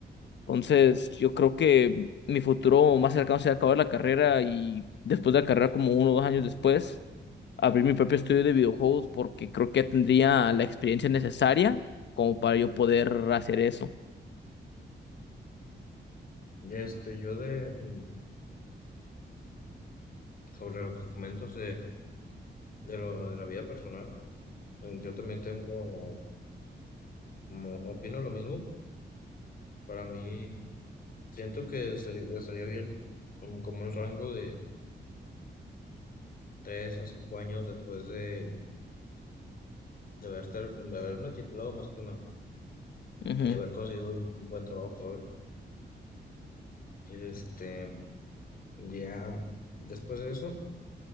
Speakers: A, on the left; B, on the left.
A: Entonces, yo creo que mi futuro más cercano será acabar la carrera y después de la carrera, como uno o dos años después, abrir mi propio estudio de videojuegos porque creo que tendría la experiencia necesaria como para yo poder hacer eso.
B: Este, yo de, mm, sobre los comentos de, de lo de la vida personal, mm, yo también tengo, como, opino lo mismo. Para mí, Siento que seri- estaría bien um, como un rango de 3 a 5 años después de, de, haber ter- de haberme titulado más que nada
A: Ujú.
B: y haber conseguido un buen trabajo, ¿sabes? Este, ya después de eso,